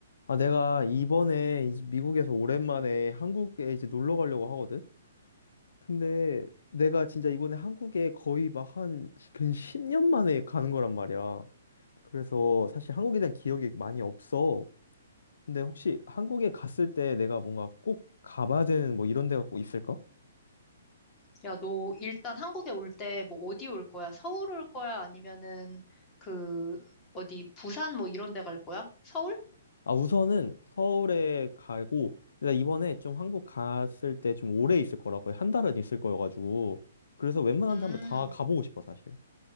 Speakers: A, on the left; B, on the left.
A: 아, 내가 이번에 이제 미국에서 오랜만에 한국에 이제 놀러 가려고 하거든? 근데 내가 진짜 이번에 한국에 거의 막 한 근 10년 만에 가는 거란 말이야. 그래서 사실 한국에 대한 기억이 많이 없어. 근데 혹시 한국에 갔을 때 내가 뭔가 꼭 가봐야 되는 뭐 이런 데가 꼭 있을까?
B: 야, 너 일단 한국에 올 때 뭐 어디 올 거야? 서울 올 거야? 아니면은 그 어디 부산 뭐 이런 데 갈 거야? 서울?
A: 아, 우선은 서울에 가고, 내가 이번에 좀 한국 갔을 때 좀 오래 있을 거라 거의 한 달은 있을 거여가지고, 그래서 웬만한
B: 음.
A: 데 한번 다 가보고 싶어, 사실.